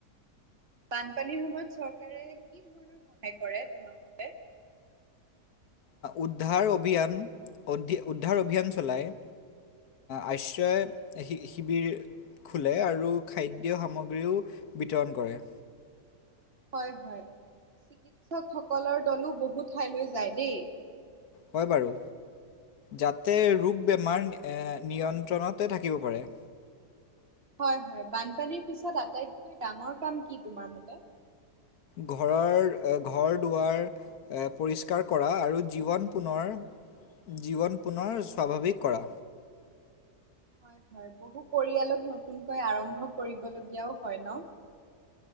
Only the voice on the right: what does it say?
বানপানীৰ সময়ত চৰকাৰে কি ধৰণৰ সহায় কৰে। তোমাৰ ফালে।
হয় হয় চিকিৎসকসকলৰ দলো বহু ঠাইলৈ যায় দেই।
হয় হয় বানপানীৰ পিছত আটাইতকৈ ডাঙৰ কাম কি তোমাৰ মতে।
হয় হয় বহু পৰিয়ালক নতুনকৈ আৰম্ভ কৰিবলগীয়াও হয় ন,